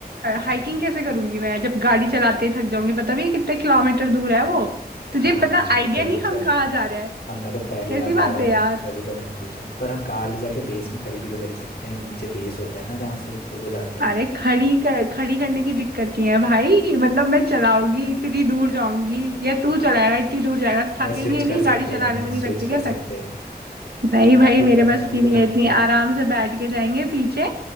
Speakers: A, on the right (about 70°); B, on the left (about 70°).
A: हाइकिंग कैसे करूंगी मैं जब गाड़ी चलाते ही थक जाऊंगी पता भी है कितने किलोमीटर दूर है वो तुझे
B: हाँ
A: पता
B: ये
A: आइडिया
B: तो है
A: नहीं
B: चल
A: हम कहाँ जा रहे हैं
B: अब मैं तो पहली
A: कैसी
B: बार जा
A: बात
B: रहा हूँ
A: है यार
B: तभी तो मैंने पूछा पर हम कार ले जाके बेस में खड़ी भी तो कर ही सकते हैं नीचे बेस होता है ना जहाँ से ऊपर को जाते हैं
A: अरे खड़ी कर खड़ी करने की दिक्कत नहीं है भाई मतलब मैं चलाऊंगी इतनी दूर जाऊंगी या तू चलाएगा इतनी दूर जाएगा
B: अरे
A: थकेंगे
B: स्विच
A: नहीं
B: कर सकते
A: गाड़ी
B: हैं
A: चलाने में
B: स्विच
A: नहीं लगती
B: कर
A: क्या
B: सकते
A: थक
B: हैं
A: नहीं
B: पर ट्रैवल
A: भाई मेरे
B: करने
A: बस
B: में भी
A: की नहीं
B: तो थकते
A: है इतनी
B: हैं
A: आराम से बैठ के जाएंगे पीछे